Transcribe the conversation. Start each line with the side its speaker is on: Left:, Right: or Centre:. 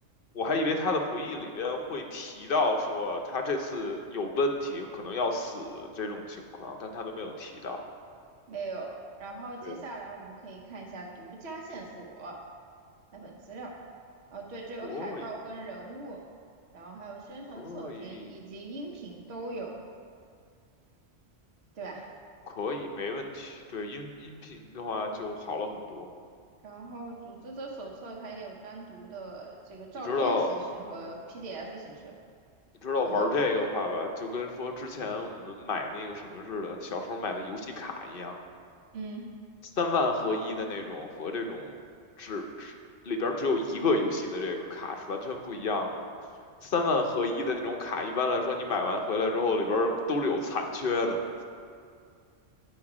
Left: 我还以为他的回忆里边会提到说他这次有问题，可能要死这种情况，但他都没有提到。
Right: 没有。然后接下来我们可以看一下独家线索，
Left: 对的，
Right: 来本资料。哦，对，这有海报跟人物，
Left: 可以，
Right: 然后还有宣传测评以及音频都有，
Left: 可以，
Right: 对吧？
Left: 可以，没问题。对，音音频的话就好了很多。
Right: 然后组织者手册它也有单独的这个照片形式和
Left: 你知道，
Right: PDF 形式。
Left: 你知道玩这个的话吧，
Right: 然后，
Left: 就跟说之前我们买那个什么似的，小时候买的游戏卡一样。
Right: 嗯，
Left: 三万合一的那种和这种只只里边儿只有一个游戏的这个卡是完全不一样的。三万合一的那种卡，一般来说你买完回来之后里边儿都是有残缺的。